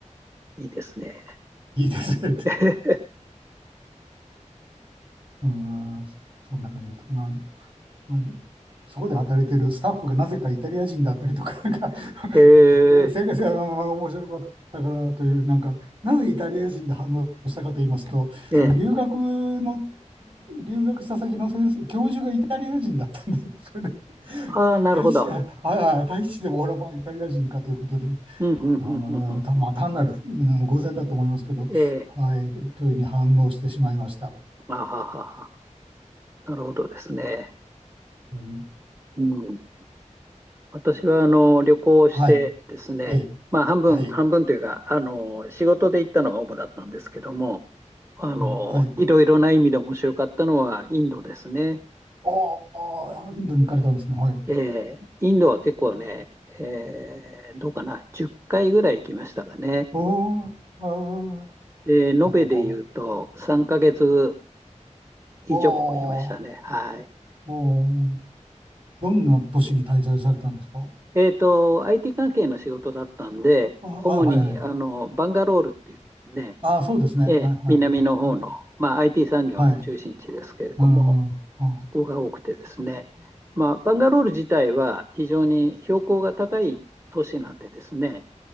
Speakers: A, on the right; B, on the right.
A: いいですね。
B: いいですね。
A: <laughs>
B: <laughs> うーん、そんな感じだったかな。うんそこで働いてるスタッフがなぜかイタリア人だったりとか、なんか <laughs>
A: えー、
B: いや、世界が面白かったからという、なんか、なぜイタリア人で反応したかと言いますと、
A: ええ。
B: その留学の留学した先の先生、教授がイタリア人だったんで、<laughs> それで、
A: ああ、なるほど。
B: 大使、ああ、大使でも俺はまあイタリア人かということで、
A: うんうんうんうんう
B: ああ、たまあ単なる、うん、偶然だと思いますけど、
A: ん。ええ。
B: はい、とというふうに反応してしまいました。
A: あははは。なるほどですね。
B: うん、
A: うん。私はあの旅行をしてですね、
B: はい、ええ、
A: まあ、半分、
B: はい、
A: 半分というか、あの仕事で行ったのが主だったんですけども、あのいろいろな意味で面白かったのはインドですね。
B: うん、はい。おお、インドに行かれたんですね。はい。
A: えーインドは結構ね、えーどうかな、10回ぐらい行きましたかね。
B: おーあー
A: で、延べで言うと3ヶ月
B: おー、
A: 以上いましたね。
B: おー
A: はい。
B: おー、どんな都市に滞在されたんですか
A: えっと、IT 関係の仕事だったんで、
B: ああ、
A: 主にあのバンガロールっていうね、
B: はいはい。ああ、そうですね。
A: ええ、
B: はいはいはい。
A: 南の方の、まあ、IT 産業の中心地ですけれども、
B: はいああ、あ、
A: そこが多くてですね、まあ、バンガロール自体は非常に標高が高い都市なんでですね、